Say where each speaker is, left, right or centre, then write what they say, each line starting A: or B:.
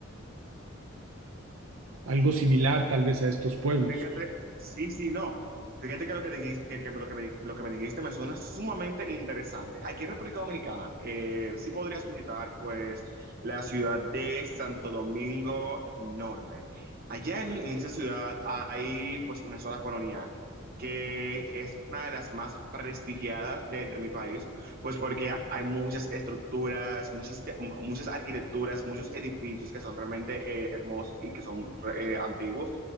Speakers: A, on the right (about 80°); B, on the right (about 45°).
A: algo similar tal vez a estos pueblos.
B: Fíjate, sí, sí, no. Fíjate que lo que dijiste, que, que lo que me, lo que me dijiste me suena sumamente interesante. Aquí en República Dominicana, eh, sí podrías visitar, pues, la ciudad de Santo Domingo Norte. Allá en, en esa ciudad hay, pues, una zona colonial, que es una de las más prestigiadas de, de mi país, pues, porque hay muchas estructuras, muchas, muchas arquitecturas, muchos edificios que son realmente eh, hermosos y que son eh, antiguos.